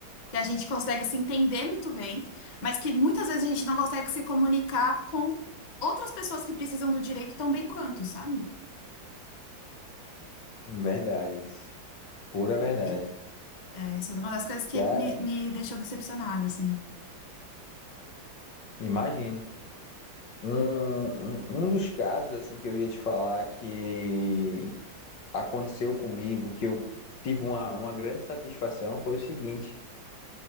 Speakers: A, on the left; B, on the left.
A: que a gente consegue se entender muito bem, mas que muitas vezes a gente não consegue se comunicar com outras pessoas que precisam do direito tão bem quanto, sabe?
B: Verdade, pura verdade.
A: E, é, isso é uma das coisas que
B: Cara,
A: me, me deixou decepcionada, assim.
B: imagino. Um, um, um dos casos assim que eu ia te falar que aconteceu comigo, que eu tive uma, uma grande satisfação, foi o seguinte.